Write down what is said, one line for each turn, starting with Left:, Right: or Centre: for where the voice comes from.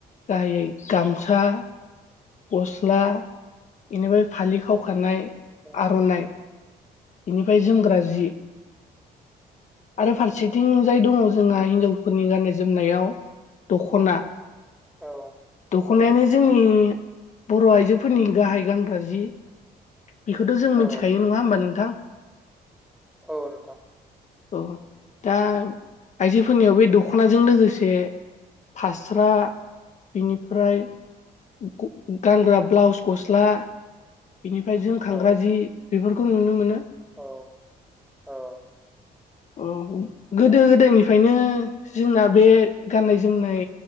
Left: गाहायै गामसा, गस्ला इनिफाय फालि खावखानाय,
Centre: औ
Left: आर'नाइ, इनिफाय जोमग्रा जि। आरो फारसेथिंजाय दङ जोंहा हिनजावफोरनि गाननाय जोमनायाव दख'ना।
Centre: औ
Left: दख'नायानो
Centre: औ
Left: जोंनि बर' आइजोफोरनि गाहाय गानग्रा जि। बेखोथ' जों
Centre: औ
Left: मिन्थिखायो नङा होमबा नोंथां?
Centre: औ नोंथां
Left: अह। दा आइजोफोरनियाव बै दख'नाजों लोगोसे फास्रा बिनिफ्राय ग-गानग्रा ब्लाउस गस्ला बेनिफ्राय जोमखांग्रा
Centre: औ
Left: जि। बेफोर खौ नुनो मोनो।
Centre: औ औ।
Left: अह, गोदो
Centre: औ
Left: ओदायनिफायनो जोंना बे गाननाय जोमनाय